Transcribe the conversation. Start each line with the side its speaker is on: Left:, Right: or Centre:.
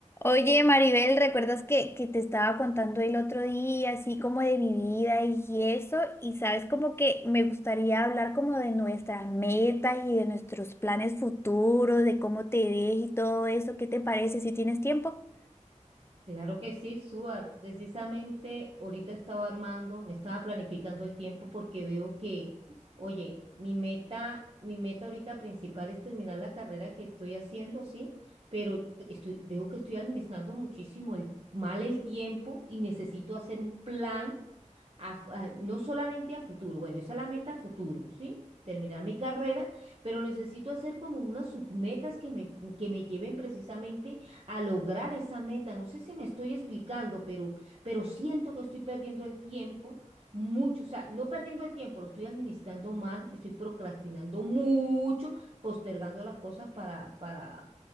Left: Oye, Maribel, ¿recuerdas que, que te estaba contando el otro día, así como de mi vida y eso? Y sabes, como que me gustaría hablar como de nuestras metas y de nuestros planes futuros, de cómo te ves y todo eso. ¿Qué te parece si tienes tiempo?
Right: Claro que sí, Suar. Precisamente ahorita estaba armando, me estaba planificando el tiempo porque veo que, oye, mi meta, mi meta ahorita principal es terminar la carrera que estoy haciendo, sí, pero t- estoy, veo que estoy administrando muchísimo el, mal el tiempo y necesito hacer un plan a fu- a- no solamente a futuro, bueno, esa es la meta a futuro, ¿sí? Terminar mi carrera, pero necesito hacer como unas submetas que me, que me lleven precisamente a lograr esa meta. No sé si me estoy explicando, pero, pero siento que estoy perdiendo el tiempo mucho, o sea, no perdiendo el tiempo, lo estoy administrando mal, estoy procrastinando mucho, postergando las cosas para, para,